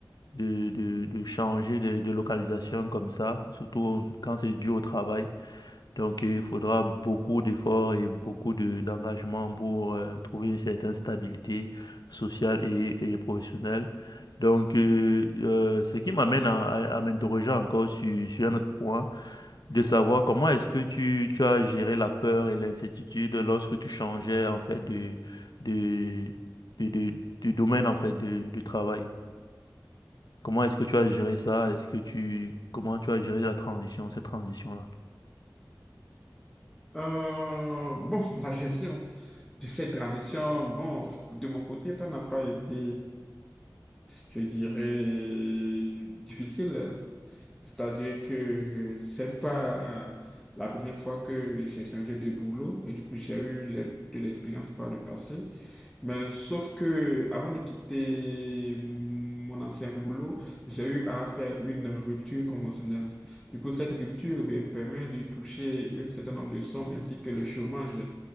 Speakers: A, on the left; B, in the centre.
A: de, de, de changer de, de localisation comme ça, surtout quand c'est dû au travail. Donc, il faudra beaucoup d'efforts et beaucoup de, d'engagement pour euh, trouver une certaine stabilité sociale et, et professionnelle. Donc, euh, euh, ce qui m'amène à, à- à m'interroger encore sur, sur un autre point, de savoir comment est-ce que tu, tu as géré la peur et l'incertitude lorsque tu changeais en fait de, de, de, de- de domaine en fait de, de travail. Comment est-ce que tu as géré ça? Est-ce que tu, comment tu as géré la transition, cette transition-là?
B: Euh, bon, la gestion de cette transition, bon, de mon côté, ça n'a pas été, je dirais, difficile. C'est-à-dire que c'est pas la première fois que j'ai changé de boulot et du coup, j'ai eu de l'e- de l'expérience par le passé. Mais sauf que avant de quitter mon ancien boulot, j'ai eu à faire une rupture conventionnelle. Du coup, cette rupture me permet de toucher un certain nombre de sommes ainsi que le chômage